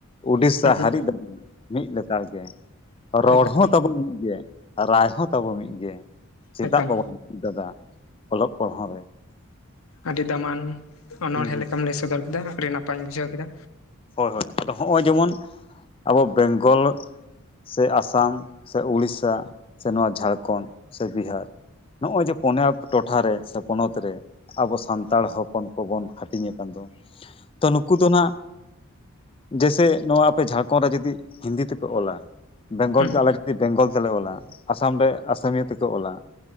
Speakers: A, on the left; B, on the left.
A: ᱩᱰᱤᱥᱟ
B: ᱦᱩᱸ ᱦᱩᱸ
A: ᱦᱟᱨᱤᱡ ᱢᱤᱫ ᱞᱮᱛᱟᱲ ᱜᱮ ᱨᱚᱲ
B: ᱮᱠᱟᱞ
A: ᱦᱚᱸ ᱛᱟᱵᱚ ᱢᱤᱫ ᱜᱮ ᱨᱟᱭ ᱦᱚᱸ ᱛᱟᱵᱚ ᱢᱤᱫ ᱜᱮ ᱪᱮᱫᱟᱜ
B: ᱮᱠᱟᱞ
A: ᱵᱟᱵᱚᱱ ᱢᱤᱫᱚ ᱟ ᱫᱟᱫᱟ ᱚᱞᱚᱜ ᱯᱟᱲᱦᱟᱣ ᱨᱮ
B: ᱟᱹᱰᱤ ᱫᱟᱢᱟᱱ ᱚᱱᱚᱲᱦᱮᱸ
A: ᱦᱩᱸ ᱦᱩᱸ
B: ᱞᱮᱠᱟᱢ ᱞᱟᱹᱭ ᱥᱚᱫᱚᱨ ᱠᱮᱫᱟ ᱟᱹᱰᱤ ᱱᱟᱯᱟᱧ ᱵᱩᱡᱷᱟᱹᱣ ᱠᱮᱫᱟ
A: ᱦᱳᱭ ᱦᱳᱭ ᱟᱫᱚ ᱦᱚᱜ-ᱚᱭ ᱡᱮᱢᱚᱱ ᱟᱵᱚ ᱵᱮᱝᱜᱚᱞ ᱥᱮ ᱟᱥᱟᱢ ᱥᱮ ᱩᱲᱤᱥᱟ ᱥᱮ ᱱᱚᱣᱟ ᱡᱷᱟᱲᱠᱷᱚᱸᱰ ᱥᱮ ᱵᱤᱦᱟᱨ ᱱᱚᱜ-ᱚᱭ ᱡᱮ ᱯᱚᱱᱭᱟ ᱴᱚᱴᱷᱟ ᱨᱮ ᱥᱮ ᱯᱚᱱᱚᱛ ᱨᱮ ᱟᱵᱚ ᱥᱟᱱᱛᱟᱲ ᱦᱚᱯᱚᱱ ᱠᱚᱵᱚᱱ ᱦᱟᱹᱴᱤᱧ ᱠᱟᱱ ᱫᱚ ᱛᱚ ᱱᱩᱠᱩ ᱫᱚ ᱱᱟᱜ ᱡᱮᱭᱥᱮ ᱱᱚᱣᱟ ᱟᱯᱮ ᱡᱷᱟᱲᱠᱷᱚᱸᱰ ᱨᱮ ᱡᱚᱫᱤ ᱦᱤᱱᱫᱤ ᱛᱮᱯᱮ ᱚᱞᱟ ᱵᱮᱝᱜᱚᱞ
B: ᱦᱩᱸ
A: ᱟᱞᱮ ᱵᱮᱝᱜᱚᱞ ᱛᱮᱞᱮ ᱚᱞᱟ ᱟᱥᱟᱢ ᱨᱮ ᱟᱥᱟᱢᱤᱭᱟᱹ ᱛᱮᱠᱚ ᱚᱞᱟ